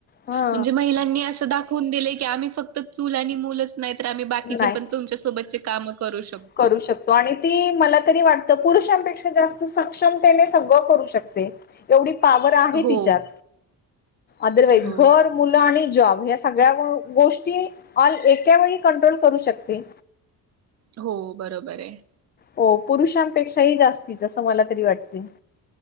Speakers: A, on the left (about 25°); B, on the right (about 40°).
A: हा
B: म्हणजे महिलांनी असं दाख दाखुन दिलय की आम्ही फक्त चूल आणि मुलच नाही तर आम्ही बाकीचे
A: नाही
B: पण तुमच्या सोबतचे काम करू शकतो.
A: करू शकतो. आणि ती मला तरी वाटत, पुरुषांपेक्षा जास्त सक्षमतेने सगळं करू शकते. एवढी पावर आहे
B: हो
A: तिच्यात, अदरवाईज
B: हो
A: घर मुलं आणि जॉब ह्या सगळ्या गोष्टी एक्या वेळी कंट्रोल करू शकते.
B: हो बरोबर हाय.
A: हो पुरुषांपेक्षाही जास्तीच असं मला तरी वाटते.